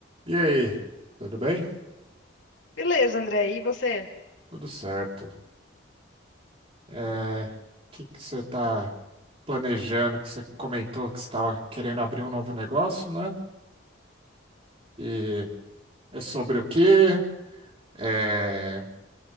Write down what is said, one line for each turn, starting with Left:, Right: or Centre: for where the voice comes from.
Right: E aí, tudo bem?
Left: Beleza, André. E você?
Right: Tudo certo. É, o que que você está planejando? Que você comentou que você estava querendo abrir um novo negócio, né? E é sobre o quê? É, o